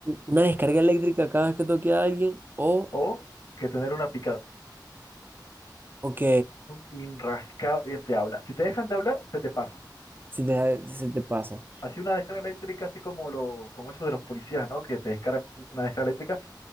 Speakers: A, on the right; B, on the left.
A: Una descarga eléctrica cada vez que toque a alguien o,
B: O que tener una picazón
A: ok,
B: inrascable quien te habla. Si te dejan de hablar, se te pasa.
A: se te, se te pasa.
B: Así una descarga eléctrica, así como lo, como eso de los policías, ¿no? Que te descargan un- una descarga eléctrica